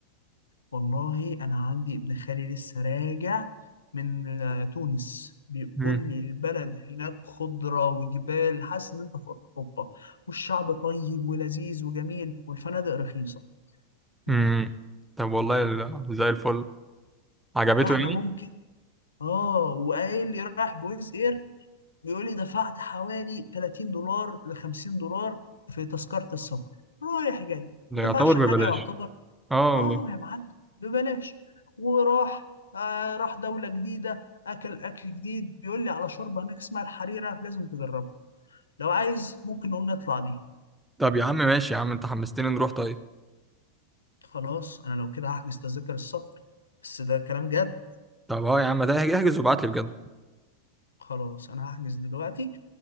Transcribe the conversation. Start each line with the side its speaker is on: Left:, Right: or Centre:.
Left: والله انا عندي ابن خالي لسه راجع من آه، تونس بيقول
Centre: مم.
Left: لي البلد هناك خضرة وجبال حاسس ان انت في اوروبا والشعب طيب ولذيذ وجميل والفنادق رخيصة مم.
Centre: مم. طب والله ال- زي الفل عجبته
Left: فاحنا
Centre: يعني
Left: ممكن اه وقايل لي رايح بويز اير بيقول لي دفعت حوالي 30 دولار ل 50 دولار في تذكرة السفر رايح جاي
Centre: ده
Left: ما
Centre: يعتبر
Left: دفعش حاجة
Centre: ببلاش
Left: يعتبر
Centre: اه
Left: اه
Centre: والله
Left: يا معلم ببلاش وراح آه راح دولة جديدة اكل اكل جديد بيقول لي على شوربة هناك اسمها الحريرة لازم تجربها لو عايز ممكن نقوم نطلع دي
Centre: طب يا عم ماشي يا عم انت حمستني نروح طيب
Left: خلاص انا لو كده هحجز تذاكر السفر بس ده كلام جد
Centre: طب اه يا عم ده احجز وابعت لي بجد
Left: خلاص انا هحجز دلوقتي